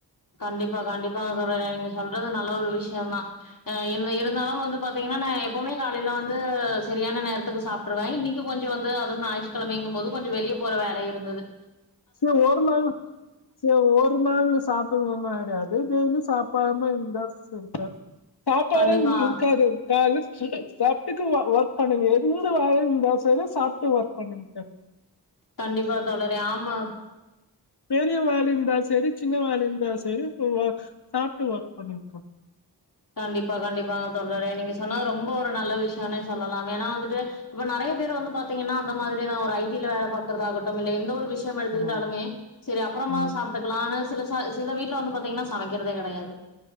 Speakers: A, on the left; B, on the left.
A: கண்டிப்பா கண்டிப்பாங்க தோழரே நீங்க சொல்றது நல்ல ஒரு விஷியொந்தா என்ன இருந்தாலு வந்து பாத்தீங்கனா நா எப்பொமே காலேல வந்து செரியான நேரத்துக்கு சாப் ட்ருவே இன்னெக்கி கொஞ்சொ வந்து அது ஞாயிற்றுக்கிழமைங்கும் போது கொஞ்சொ வெளிய போற வேலை இருந்துது
B: செ ஒரு நாள் செரி ஒரு நாள்ல சாப் படாம ஒன்னு ஆயிடாது டெய்லியு சாப்டாம இருந்தா செட்டா சாப்டாம
A: கண்டிப்பா
B: இருந்தா எதுக்கு ஆகாது கால்ல சாப்பிட்டுக்கு வர்க் பண்ணுங்க எந்த வேலயா இருந்தாலு செரி சாப்ட்டு வர்க் பண்ணுங்க இன்ச
A: கண்டிப்பா தோழரே ஆமா
B: பெரிய வால இருந்தால் செரி சின்ன வாலயா இருந்தால் செரி இப்போ சாப்ட்டு வர்க் பண்ணிக்கோ
A: கண்டிப்பா கண்டிப்பா தோழரே நீங்க சொன்னது ரொம்ப ஒரு நல்ல விஷியோனே சொல்லலாம் எனா வந்துட்டு இப்போ நெறயா பேர் வந்து பாத்தீங்கன்னா அந்த மாதிரிதா ஒரு ஐ டி ல வேல பாக்கறதா ஆகட்டும் இல்ல எந்த ஒரு விஷ் சியமில்க்
B: ஆமாக்கா
A: எடுத்துட்டாலுமே சேரி அப்பொறமா
B: ம்
A: சாப் ட்டுக்கலானு சில ச சில வீட்ல வந்து பாத்தீங்கன்னா சமக்கெறதே கெடையாது